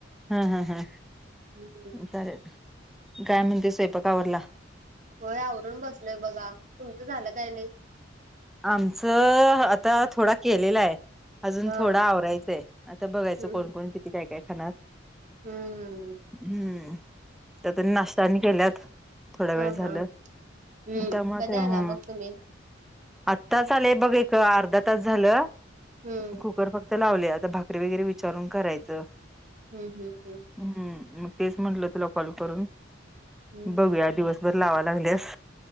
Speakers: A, in the centre; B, on the right.
A: हा हा हा.
B: हम्.
A: चा काय म्हणते स्वयंपाक आवरला.
B: होय आवरून बसलोय बघा तुमचं झालं काय नाही.
A: आमचं आता थोडा केलेला आहे. अजून
B: हा
A: थोडं आवरायचंय आता बघायचं
B: हम्म
A: कोणकण किती काय काय खाणार?
B: हम्म हम्म
A: हम्म. त्या त्यांनी नाश्तानी केल्यात थोड्या
B: हा
A: वेळ झालं
B: हा हम्म
A: त्यामुळे
B: कधी
A: ते
B: आला
A: ह
B: मग तुम्ही
A: आत्ता चालेय बघ का अर्धा तास झालं
B: हम्म
A: कुकर फक्त. तर लावले आता भाकरी वगैरे विचारून करायचं.
B: हम् हम् हम्.
A: ह् मग तेच म्हंटलं तुला कॉल करून
B: हम्म
A: बघूया दिवस. बर लावं लागलीस.